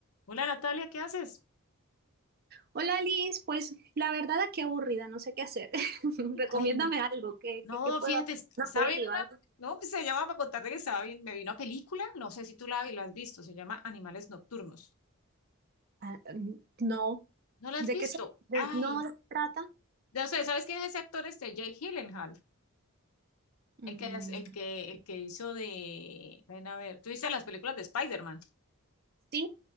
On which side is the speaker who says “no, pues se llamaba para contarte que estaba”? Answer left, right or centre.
Left